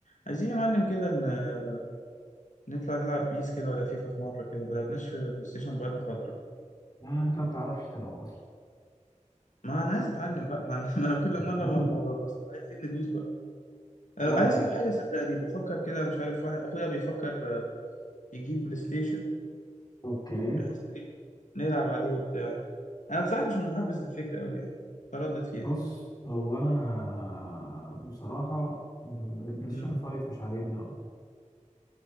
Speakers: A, on the left; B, on the left.
A: عايزين يا معلم كده ن- نطلع نلعب بيس كده ولا فيفا في مرة كده ما لعبناش في البلاي ستيشن بقالنا فترة
B: يعني انت ما بتعرفش تلعب اصلا
A: ما أنا عايز أتعلم بقى ما أنا, <laughs> ما أنا كل
B: <laughs>
A: مرة ما ما- بس عايزين ندوس بقى
B: لا
A: أنا عايز
B: لا
A: أجيب حاجة صدقني بفكر كده مش عارف واحد أخويا بيفكر آه، يجيب بلاي ستيشن
B: اوكي
A: بحيث إيه نلعب عليه وبتاع أنا بصراحة مش محبذ للفكرة أوي يعني متردد فيها
B: بص هو انا بصراحة البلايستيشن
A: مم.
B: 5 مش عاجبني اوي